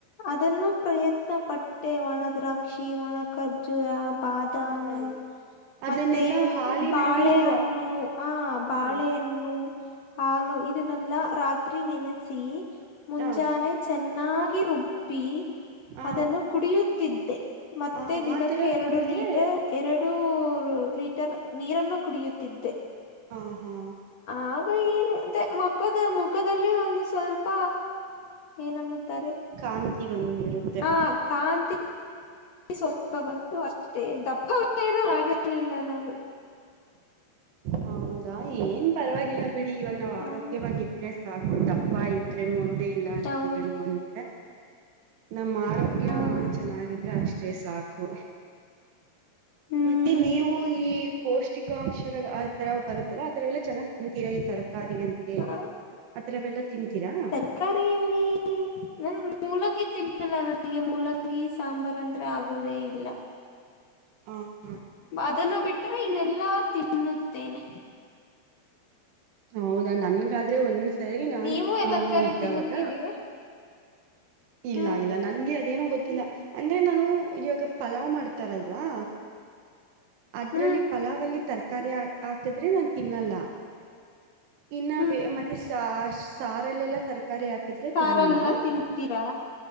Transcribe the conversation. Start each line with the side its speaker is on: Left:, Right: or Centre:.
Left: ಅದನ್ನು ಪ್ರಯತ್ನ ಪಟ್ಟೆ ಒಣ ದ್ರಾಕ್ಷಿ ಒಣ ಖರ್ಜೂರ ಬಾದಾಮಿ.
Right: ಹ ಅದನ್ನೆಲ್ಲಾ
Left: ಮತ್ತೆ
Right: ಹಾಲಿನಲ್ಲಿ
Left: ಬಾಳೆಹಣ್ಣು
Right: ನೀವ್ ಹಾಕ್
Left: ಹ ಬಾಳೆಹಣ್ಣು.
Right: ಹ್ಮ್
Left: ಹಾಲು ಇದನ್ನೆಲ್ಲಾ ರಾತ್ರಿ ನೆನೆಸಿ ಮುಂಜಾನೆ
Right: ಹ
Left: ಚೆನ್ನ ನಾಗಿ ರುಬ್ಬಿ
Right: ಹ
Left: ಅದನ್ನು ಕುಡಿಯುತ್ತಿದ್ದೆ. ಮತ್ತೆ
Right: ಹ
Left: ದಿನಕ್ಕೆ
Right: ಆತರ
Left: ಎರಡು
Right: ಕುಡುದ್ರೆ
Left: ಲೀಟರ್ ಎರಡುೂ ಲೀಟರ್ ನೀರನ್ನು ಕುಡಿಯುತ್ತಿದ್ದೆ.
Right: ಹ. ಹಾ
Left: ಆಗ ಏನು. ಮತ್ತೆ ಮಖದ ಮುಖದಲ್ಲಿ ಒಂದು ಸ್ವಲ್ಪ ಏನನ್ನುತ್ತಾರೆ.
Right: ಕಾಂತಿ ಬಂದಿರುತ್ತೆ.
Left: ಆ ಕಾಂತಿ ಸ್ವಲ್ಪ ಬಂತ ಅಷ್ಟೇ ದಪ್ಪಾ ಏನೂ ಆಗರ್ಲಿಲ್ಲ ನಾನು.
Right: ಹೌದಾ ಏನ್ ಪರವಾಗಿಲ್ಲ ಬಿಡಿ ಇವಾಗ ನಾವ್ ಆರೋಗ್ಯವಾಗಿದ್ರೆ
Left: ಹೌದು
Right: ಸಾಕ. ತರಕಾರಿ ಇದ್ರೇನು ಒಂದೇ ಇಲ್ಲ ಅಂತಂದ್ರೇನು
Left: ಹೌದು
Right: ಒಂದೇ. ನಮ್ಮ ಆರೋಗ್ಯ
Left: ಹ.
Right: ಚೆನ್ನಾಗಿದ್ರೆ ಅಷ್ಟೆ ಸಾಕು.
Left: ಹ್ಮ್
Right: ಮತ್ತೆ ನೀವು ಈ ಪೌಷ್ಟಿಕಾಂಶರ ತರ ಬರುತ್ತಲ್ಲ ಅದರ ಎಲ್ಲ ಚೆನ್ನ್ ತಿಂತೀರಾ ತರ. ತರಕಾರಿ ಅಂತೆ
Left: ಆ
Right: ಆತರವೆಲ್ಲಾ ತಿಂತೀರಾ.
Left: ತರಕಾರಿಯಲ್ಲಿ ನನ್ ಮೂಲಂಗಿ ತಿನ್ನಲ್ಲ ನನಗೆ ಮೂಲಂಗಿ ಸಾಂಬಾರ ಅಂದ್ರೆ ಆಗೋದೇ ಇಲ್ಲ.
Right: ಹ.
Left: ಅದನ್ನು ಬಿಟ್ಟರೆ ಇನ್ನೆಲ್ಲಾ ತಿನ್ನುತ್ತೇನೆ.
Right: ಹೌದಾ ನನ್ಗಾದ್ರೆ ಒಂದ್ಸರಿ ನಾನ್
Left: ನೀವು
Right: ಚಿಕ್ಕ
Left: ಎಲ್ಲರ
Right: ಮಗು
Left: ಕರಿ
Right: ಇದ್ದಾವಾಗ.
Left: ತಿನ್ನುತ್ತೀರಿ
Right: ಇಲ್ಲ
Left: ಹ್ಮ್
Right: ಇಲ್ಲ ನನ್ಗೆ ಅದೇನೋ ಗೊತ್ತಿಲ್ಲ ಅಂದ್ರೆ ನಾನು ಇವಾಗ ಪಲಾವ್ ಮಾಡ್ತಾರಲ್ ಅಲ್ವಾ ಅದ್ರಲ್ಲಿ
Left: ಹ್ಮ್
Right: ಪಲಾವಲ್ಲಿ ತರ್ಕಾರಿ. ತರಕಾರಿ ಹಾಕದ್ರೆ ನಾನ್ ತಿನ್ನಲ್ಲ. ಇನ್ನ
Left: ಹ್ಮ್
Right: ಬ ಮತ್ತೆ ಸಾರಲ್ಲೆಲ್ಲಾ ತರಕ ಕಾರಿ ಹಾಕಿದ್ರೆ
Left: ಸಾರಲ್ಲೆಲ್ಲಾ
Right: ತಿನ್ನಲ್ಲ
Left: ತಿಂತೀರಾ